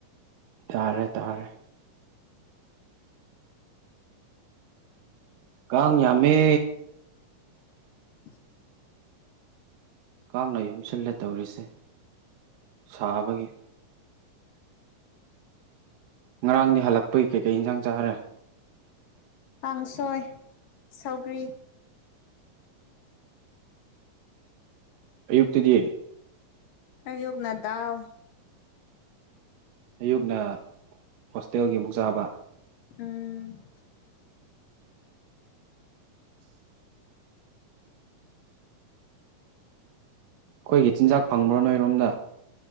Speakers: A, on the right (about 80°); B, on the left (about 80°).
A: ꯇꯥꯔꯦ ꯇꯥꯔꯦ ꯀꯥꯡ ꯌꯥꯝꯃꯦ
B: <inaudible>
A: ꯀꯥꯡꯅ ꯌꯨꯝꯁꯤꯜꯂꯦ ꯇꯧꯔꯤꯁꯦ ꯁꯥꯕꯒꯤ ꯉꯔꯥꯡꯗꯤ ꯍꯜꯂꯛꯄꯒꯤ ꯀꯩꯀꯩ ꯏꯟꯁꯥꯡ ꯆꯥꯔꯦ
B: ꯀꯥꯡꯁꯣꯏ ꯁꯧꯒ꯭ꯔꯤ
A: ꯑꯌꯨꯛꯇꯗꯤ
B: ꯑꯌꯨꯛꯅꯥ ꯗꯥꯜ
A: ꯑꯌꯨꯛꯅꯥ ꯍꯣꯁꯇꯦꯜꯒꯤ ꯑꯃꯨꯛ ꯆꯥꯕ
B: ꯎꯝ
A: ꯑꯩꯈꯣꯏꯒꯤ ꯆꯤꯟꯖꯥꯛ ꯐꯪꯕ꯭ꯔꯣ ꯅꯣꯏꯔꯣꯝꯗ